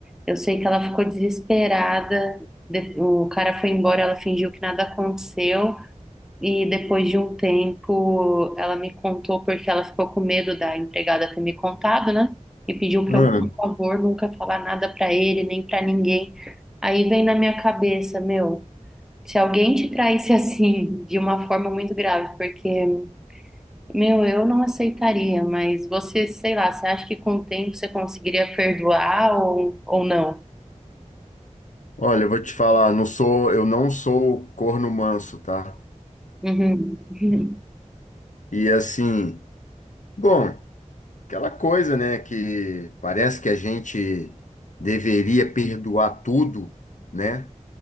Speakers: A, in the centre; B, on the left.
A: Eu sei que ela ficou desesperada, de- o cara foi embora, ela fingiu que nada aconteceu. E depois de um tempo, ela me contou porque ela ficou com medo da empregada ter me contado, né? E pediu para
B: Ah,
A: eu, por favor, nunca falar nada para ele, nem para ninguém. Aí vem na minha cabeça, meu, se alguém te traísse <laughs> assim, de uma forma muito grave, porque, meu, eu não aceitaria, mas você, sei lá, você acha que com o tempo você conseguiria perdoar ou, ou não?
B: olha, eu vou te falar, não sou, eu não sou corno manso, tá?
A: Uhum, uhum,
B: E assim, bom, aquela coisa, né, que parece que a gente deveria perdoar tudo, né?